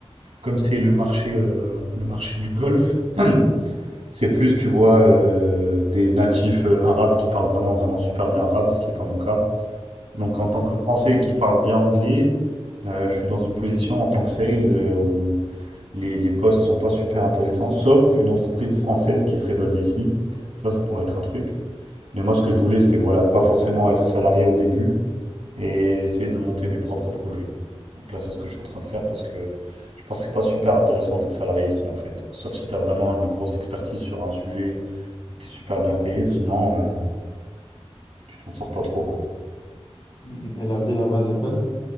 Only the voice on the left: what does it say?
Mhm. Et la ville là-bas, elle est belle.